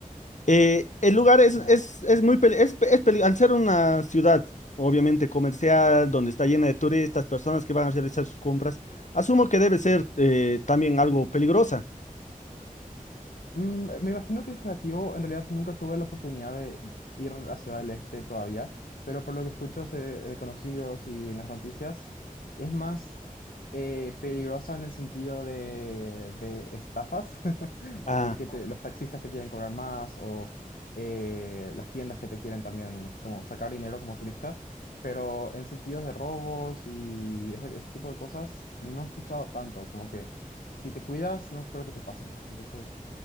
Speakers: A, on the left; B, on the left.
A: Eh, el lugar es,
B: Es como
A: es, es muy peli- es, pe- es peli- al ser una ciudad obviamente comercial, donde está llena de turistas, personas que van a realizar sus compras, asumo que debe ser eh, también algo peligrosa.
B: Mm, Me imagino que es relativo, en realidad nunca tuve la oportunidad de ir a Ciudad del Este todavía, pero por lo que escucho se- de conocidos y en las noticias, es más eh, peligrosa en el sentido de, de estafas, <laughs>
A: Ah,
B: de que te- los taxistas te quieren cobrar más o eh, las tiendas que te quieren también como sacar dinero como turista, pero en sentidos de robos y ese, ese tipo de cosas no he escuchado tanto, como que si te cuidas no creo que te pase nada, entonces...